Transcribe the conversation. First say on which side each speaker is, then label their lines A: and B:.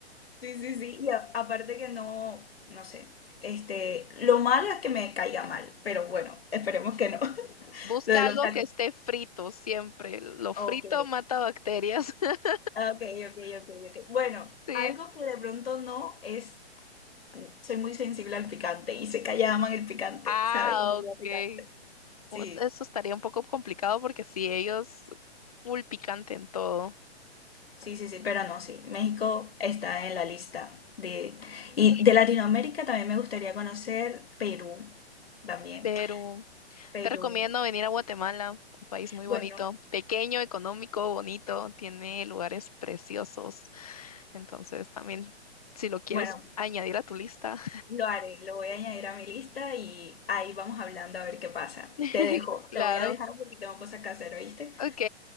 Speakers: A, on the left; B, on the left.
A: Sí, sí, sí. Y a- aparte que no, no sé, este, lo malo es que me caiga mal, pero bueno, esperemos que no. <laughs>
B: busca
A: Lo de los
B: algo
A: tacos.
B: que esté frito siempre. Lo frito
A: Ok,
B: mata bacterias. <laughs>
A: ok, ok, ok, ok. Bueno,
B: Sí.
A: algo que de pronto no es, soy muy sensible al picante y se que allá aman el picante,
B: Ah,
A: ¿sabes? La comida
B: ok.
A: picante. Sí.
B: Pues Eso estaría un poco complicado porque sí, ellos full picante en todo.
A: Sí, sí, sí, pero no, sí. México está en la lista de... Y de Latinoamérica también me gustaría conocer Perú, también.
B: Pero
A: Perú.
B: te recomiendo venir a Guatemala, un país muy
A: Bueno,
B: bonito, pequeño, económico, bonito, tiene lugares preciosos. Entonces también, si lo quieres
A: bueno,
B: añadir a tu lista,
A: lo haré, lo voy a añadir a mi lista y ahí vamos hablando a ver qué pasa.
B: <laughs>
A: Te dejo,
B: claro.
A: te voy a dejar porque tengo cosas que hacer, ¿oíste?
B: Ok,